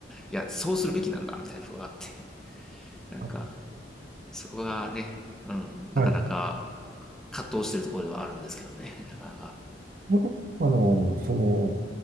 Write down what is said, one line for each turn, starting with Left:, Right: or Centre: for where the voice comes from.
Centre: や、そうするべきなんだみたいなことがあって、なんか、
Right: は
Centre: そこがね、うん、なかなか
Right: い
Centre: 葛藤してるところではあるんですけどね、<laughs> なかなか。
Right: ヨーロッパの、その、